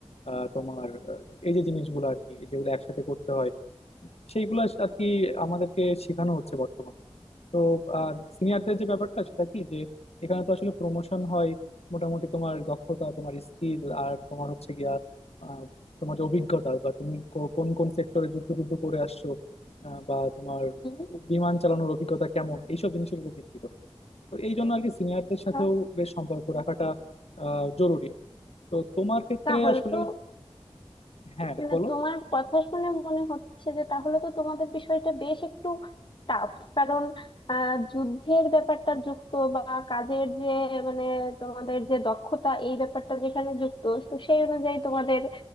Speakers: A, on the left; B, on the left.
A: আহ, তোমার আহ, এই যে জিনিসগুলো আর কি যেগুলো একসাথে করতে হয় সেইগুলো আর কি আমাদেরকে শেখানো হচ্ছে বর্তমানে তো আর সিনিয়রদের যে ব্যাপারটা সেটা কি যে এখানে তো আসলে প্রমোশন হয় মোটামুটি তোমার দক্ষতা তোমার স্কিল আর তোমার হচ্ছে গিয়া আহ, তোমার যে অভিজ্ঞতা বা তুমি কো- কোন কোন সেক্টরে যুদ্ধ টুদ্ধ করে আসছো আহ, বা তোমার
B: হুম,
A: বিমান চালানোর অভিজ্ঞতা কেমন এইসব জিনিসের উপর ভিত্তি করে তো এই জন্য আর কি সিনিয়রদের সাথেও
B: আহ,
A: বেশ সম্পর্ক রাখাটা আহ, জরুরি তো তোমার ক্ষেত্রে
B: তাহলে
A: আসলে
B: তো
A: হ্যাঁ
B: মানে
A: বলো
B: তোমার কথা শুনে মনে হচ্ছে যে তাহলে তো তোমাদের বিষয়টা বেশ একটু টাফ কারণ আহ, যুদ্ধের ব্যাপারটা যুক্ত বা কাজের যে মানে তোমাদের যে দক্ষতা এই ব্যাপারটা যেখানে যুক্ত তো সেই অনুযায়ী তোমাদের